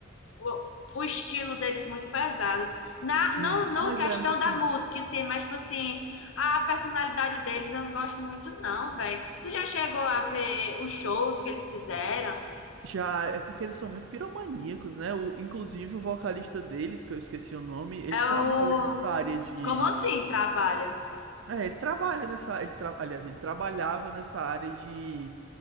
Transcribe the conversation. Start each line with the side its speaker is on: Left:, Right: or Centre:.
Left: o, o estilo deles muito pesado. Na, não,
Right: Hum.
Left: não
Right: Mas
Left: questão
Right: é um pouquinho
Left: da música,
Right: mesmo.
Left: sim, mas tipo assim, a personalidade deles eu não gosto muito, não, velho. Tu já chegou a ver os shows que eles fizeram?
Right: Já é porque eles são muito piromaníacos, né? O, inclusive o vocalista deles, que eu esqueci o nome, ele
Left: É
Right: trabalha
Left: o
Right: nessa área de.
Left: Como assim trabalha?
Right: É, ele trabalha nessa. Ele tra... Aliás, ele trabalhava nessa área de.